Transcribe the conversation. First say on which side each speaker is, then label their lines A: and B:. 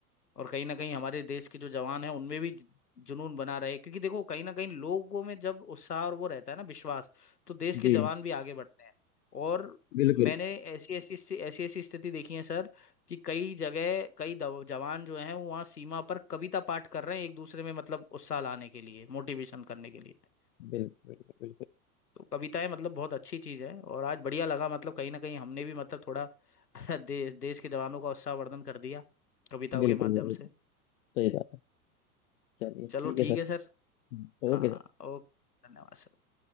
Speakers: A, on the left; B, on the left.
A: और कहीं ना कहीं हमारे देश के जो जवान हैं उनमें भी ज- जुनून बना रहे क्योंकि देखो कहीं ना कहीं लोगों में जब उत्साह और वो रहता है ना विश्वास तो देश के
B: जी
A: जवान भी आगे बढ़ते हैं और
B: बिल्कुल
A: मैंने ऐसी ऐसी स्थि- ऐसी ऐसी स्थिति देखी है सर कि कई जगह कई दव- जवान जो हैं वो वहाँ सीमा पर कविता पाठ कर रहे हैं एक दूसरे में मतलब उत्साह लाने के लिए मोटिवेशन करने के लिए
B: बिल्कुल बिल्कुल बिल्कुल
A: तो कविताएं मतलब बहुत अच्छी चीज़ है और आज बढ़िया लगा मतलब कहीं ना कहीं हमने भी मतलब थोड़ा <laughs> देश देश के जवानों का उत्साहवर्धन कर दिया कविताओं
B: बिल्कुल,
A: के माध्यम
B: जरूर
A: से
B: सही बात है चलिए
A: चलो
B: ठीक है
A: ठीक
B: सर
A: है सर
B: हम्म,
A: हाँ
B: Okay sir.
A: ओके धन्यवाद सर